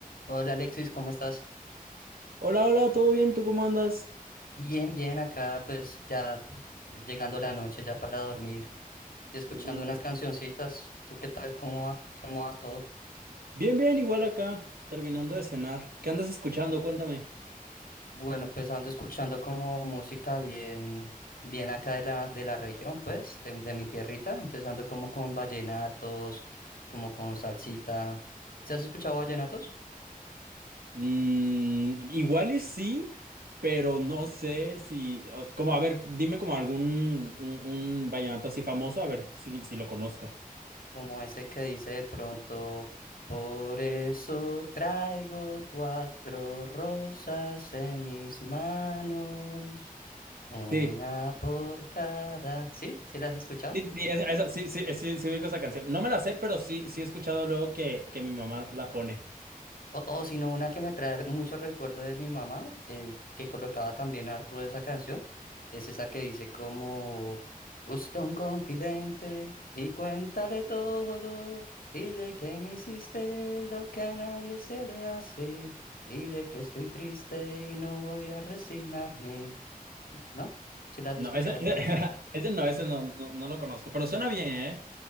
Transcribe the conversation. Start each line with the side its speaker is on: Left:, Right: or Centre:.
Left: Hola Alexis, ¿cómo estás?
Right: Hola, hola, ¿todo bien? ¿Tú cómo andas?
Left: Bien, bien, acá pues ya llegando la noche, ya para dormir y escuchando
Right: Uh,
Left: unas cancioncitas. ¿Tú qué tal? ¿Cómo va? ¿Cómo va todo?
Right: Bien, bien, igual acá, terminando de cenar. ¿Qué andas escuchando? Cuéntame.
Left: Bueno, pues ando escuchando como música bien, bien acá de la, de la región, pues, de, de mi tierrita. Entonces ando como con vallenatos, como con salsita. ¿Se has escuchado vallenatos?
Right: Mm, igual y sí, pero no sé si, o- s- como, a ver, dime como algún, un, un vallenato así famoso, a ver si, si lo conozco.
Left: Como ese que dice de pronto, por eso traigo cuatro rosas en mis manos, una
Right: Sí,
Left: por cada. ¿Sí? ¿Sí las has escuchado?
Right: sí, sí, es- eso, sí, sí, es- sí, sí ubico esa canción. No me la sé, pero sí, sí he escuchado luego que, que mi mamá la pone.
Left: O, o si no, una que me trae muchos recuerdos de mi mamá, eh, que colocaba también harto de esa canción, es esa que dice como, busca un confidente y cuéntale todo, dile que me hiciste lo que a nadie se le hace, dile que estoy triste y no voy a resignarme. N- ¿No? ¿Si la has
Right: No,
Left: escuchado
Right: ese,
Left: de
Right: ese,
Left: pronto?
Right: <laughs> ese no, ese no, no, no lo conozco, pero suena bien, ¿eh?